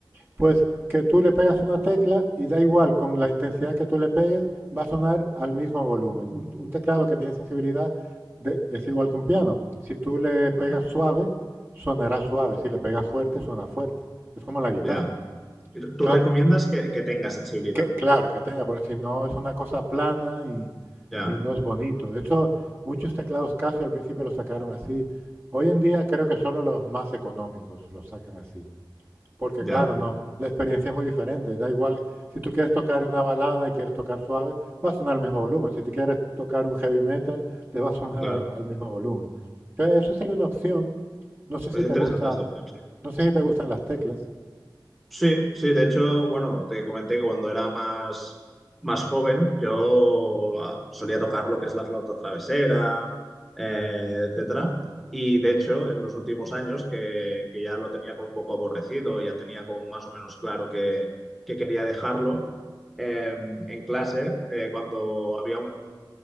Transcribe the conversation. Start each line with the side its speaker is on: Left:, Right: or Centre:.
Right: pues que tú le pegas una tecla y da igual con la intensidad que tú le pegues, va a sonar al mismo volumen. Un, un teclado que tiene sensibilidad de- es igual que un piano. Si tú le pegas
Centre: Vale.
Right: suave, sonará suave. Si le pegas fuerte, suena fuerte. Es como la guitarra.
Centre: Ya. Y Tú
Right: Entonces,
Centre: tú recomiendas que, que tenga sensibilidad.
Right: Que, claro, que tenga, porque si no es una cosa plana y,
Centre: Ya.
Right: y no es bonito. De hecho, muchos teclados Casio al principio los sacaron así. Hoy en día creo que solo los más económicos los sacan así. Porque
Centre: Ya.
Right: claro, no, la experiencia es muy diferente. Da igual, si tú quieres tocar una balada y quieres tocar suave, va a sonar al mismo volumen. Si tú quieres tocar un heavy metal, te va a sonar
Centre: Claro.
Right: al, al mismo volumen. Entonces, eso sería una opción. No sé
Centre: Pues
Right: si
Centre: es
Right: te
Centre: interesante
Right: gusta,
Centre: esta opción, sí.
Right: no sé si te gustan las teclas.
Centre: Sí, sí, de hecho, bueno, te comenté que cuando era más, más joven yo ah, solía tocar lo que es la flauta travesera, eh, etcétera. Y de hecho, en los últimos años que, que ya lo tenía como un poco aborrecido, ya tenía como más o menos claro que, que quería dejarlo, eh, en clase, eh, cuando había un